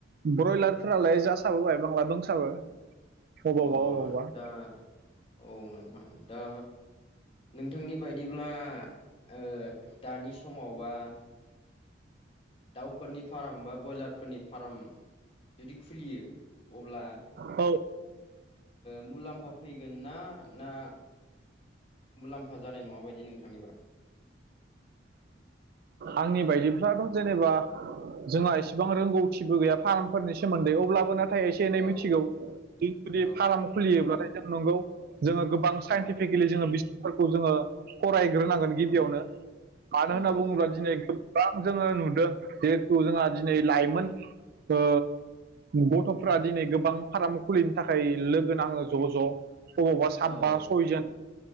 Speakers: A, on the right; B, on the left.
A: ब्रयलारफोरालाय जासाबोबाय बांला दंसाबो अबावबा
B: अ
A: अबावबा
B: दा औ नोंथां दा नोंथांनि बायदिब्ला ओ दानि समावबा दाउफोरनि फार्म बा ब्रयलारफोरनि फार्म जुदि खुलियो अब्ला
A: औ
B: मुलाम्फा फैगोन ना ना मुलाम्फा जानाय नङा बायदि नोंथांनिबा?
A: आंनि बायदिफ्लाथ' जेनेबा जोंहा एसेबां रोंगौथिबो गैया फार्मफोरनि सोमोन्दै अब्लाबो ना थाय एसे एनै
B: औ
A: मिथिगौ जुदि
B: औ
A: फार्म खुलियोब्लाथाय जों नंगौ जोङो गोब बां साइन्टिफिकेलि
B: औ
A: जोङो बिजाबफोरखौ जोङो फराय ग्रोनांगोन गिबियावनो
B: औ
A: मानो
B: औ
A: होनना
B: औ
A: बुङोब्ला दिनै गोबां जोङो नुदों जे खौ जोंहा दिनै लाइमोन ओ गथ'फ्रा दिनै गोबां फार्म खुलिनो थाखाय लोगो नाङो ज' ज' अबावबा साबबा
B: औ औ
A: सयजन